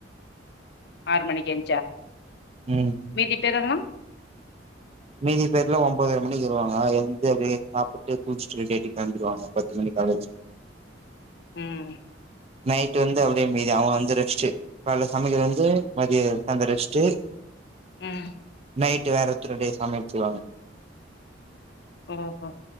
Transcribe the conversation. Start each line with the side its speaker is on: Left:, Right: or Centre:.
Left: ஆறு மணிக்கு எஞ்ச
Right: ம்
Left: மீதி பேர் எல்லா
Right: மீதி பேர்ல ஒன்பதரை மணிக்கு வருவாங்க எந்து அப்படியே சாப்பிட்டு குளிச்சுட்டு ரெடி ஆயிட்டு வந்துடுவாங்க பத்து மணிக்கு காலேஜு
Left: ம்
Right: நைட் வந்து அப்படியே மீதி அவன் வந்து ரெஸ்ட்ட் காலையில சமைக்குறது வந்து மதியோ சாயந்திரோ ரெஸ்ட்டு
Left: ம்
Right: நைட்டு் வேற த்ரூ <unintelligible> வெச்சுருவாங்க
Left: ஓஹோ